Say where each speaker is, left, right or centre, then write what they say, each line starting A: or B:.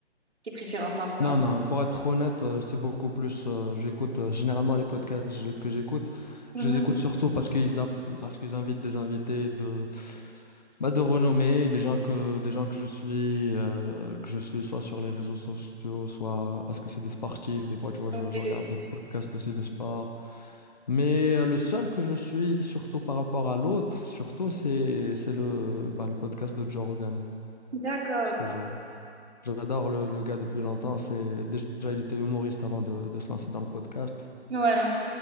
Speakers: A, on the right; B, on the left.
A: tes préférences un peu?
B: Non,
A: hein
B: non, pour être honnête, euh, c'est beaucoup plus, euh, j'écoute, euh, généralement les podcasts je- que j'écoute,
A: Mhm.
B: je les écoute surtout parce qu'ils app- parce qu'ils invitent des invités de, bah, de renommée, des gens que, des gens que je suis, euh, que je suis soit sur les réseaux sociaux, soit parce que c'est des sportifs, des fois, tu vois,
A: Ok,
B: je, je regarde des podcasts aussi de sport. Mais euh, le seul que je suis, surtout par rapport à l'autre, surtout, c'est, c'est le, bah, le podcast de Joe Rogan.
A: D'accord.
B: Parce que je, j'adore le, le gars depuis longtemps. C'est, déjà, il était humoriste avant de, de se lancer dans le podcast.
A: Ouais.